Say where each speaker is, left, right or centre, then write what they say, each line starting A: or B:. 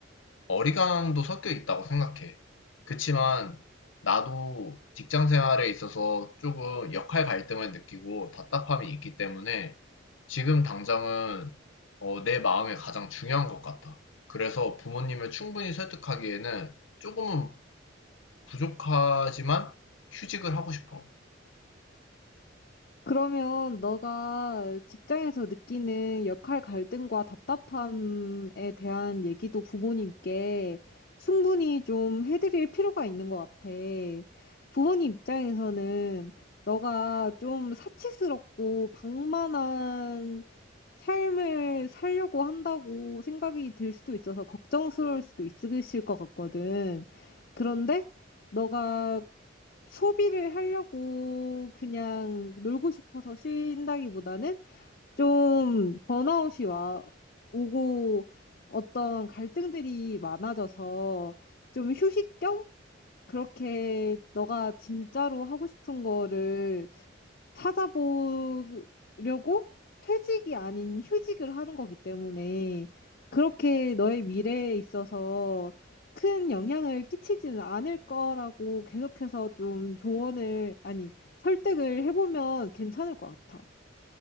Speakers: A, on the left (about 85°); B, on the left (about 50°).
A: 어리광도 섞여 있다고 생각해. 그치만 나도 직장 생활에 있어서 조금 역할 갈등을 느끼고 답답함이 있기 때문에 지금 당장은 어, 내 마음이 가장 중요한 것 같아. 그래서 부모님을 충분히 설득하기에는 조금은 부족하지만 휴직을 하고 싶어.
B: 그러면 너가 직장에서 느끼는 역할 갈등과 답답함에 대한 얘기도 부모님께 충분히 좀 해드릴 필요가 있는 것 같아. 부모님 입장에서는 너가 좀 사치스럽고 방만한 삶을 살려고 한다고 생각이 들 수도 있어서 걱정스러울 수도 있으실 것 같거든. 그런데 너가 소비를 하려고 그냥 놀고 싶어서 쉰다기보다는 좀 번아웃이 와 오고 어떤 갈등들이 많아져서 좀 휴식 겸 그렇게 너가 진짜로 하고 싶은 거를 찾아보려고 퇴직이 아닌 휴직을 하는 거기 때문에 그렇게 너의 미래에 있어서 큰 영향을 끼치지는 않을 거라고 계속해서 좀 조언을, 아니, 설득을 해보면 괜찮을 것 같아.